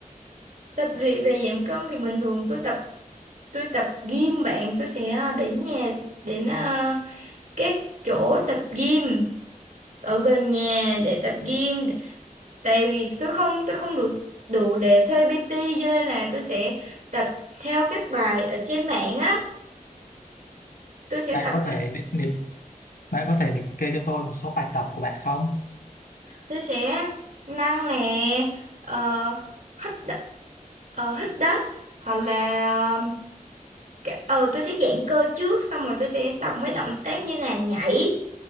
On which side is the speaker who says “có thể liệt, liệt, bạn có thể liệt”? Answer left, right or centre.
Left